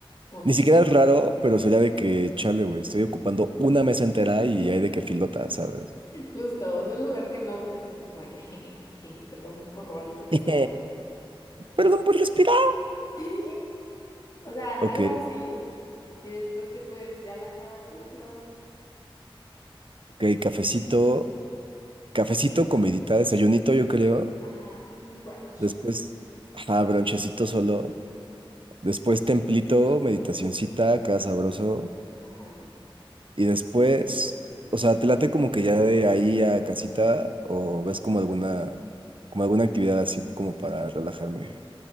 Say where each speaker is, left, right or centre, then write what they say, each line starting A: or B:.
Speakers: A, on the left (about 40°); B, on the right (about 65°).
A: Como,
B: Ni
A: ji.
B: siquiera es raro, pero sería de que, chale, güey, estoy ocupando una mesa entera y hay de que filota, ¿sabes?
A: <laughs> Justo, o sea, un lugar que no te sientes como de que, <laughs> "Jeje, perdón por robarle la mesa.
B: <laughs> Perdón por respirar.
A: <laughs> O sea,
B: Ok,
A: algo así. Y después te puedes ya lanzar al templo.
B: ok, cafecito, cafecito, comidita, desayunito, yo creo.
A: Ajá, un brunch.
B: Después, ajá, bronchecito solo. Después, templito, meditacioncita, acá sabroso.
A: Ajá.
B: Y después, o sea, ¿te late como que ya de ahí a casita o ves como alguna, como alguna actividad así como para relajarme?